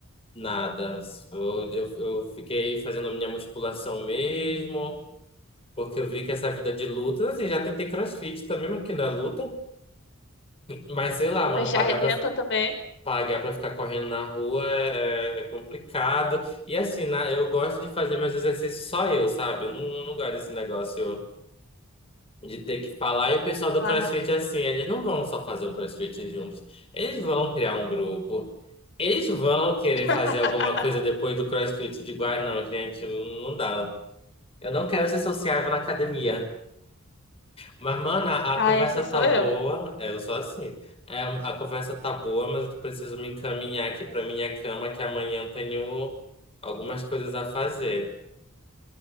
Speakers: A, on the left; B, on the left.
A: Nada. Eu, eu, eu fiquei fazendo minha musculação mesmo, porque eu vi que essa vida de luta, assim, já tentei CrossFit também, mas que não é luta. Mas sei lá, mano,
B: Mas
A: pagar
B: já arrebenta
A: pra,
B: também.
A: pagar pra ficar correndo na rua é, é complicado. E assim, na, eu gosto de fazer meus exercícios só eu, sabe? Não, não gosto desse negócio. De ter que falar, e o pessoal do
B: Ah,
A: CrossFit, é assim, eles não vão só fazer o CrossFit juntos. Eles vão criar um grupo. Eles vão querer
B: <laughs>
A: fazer alguma coisa depois do CrossFit. de ah, não, gente, não dá. Eu não quero ser sociável na academia. Mas, mano, a,
B: ah,
A: a conversa
B: essa sou
A: tá boa.
B: eu.
A: É, Eu sou assim. É, a conversa tá boa, mas eu preciso me encaminhar aqui pra minha cama, que amanhã eu tenho algumas coisas a fazer.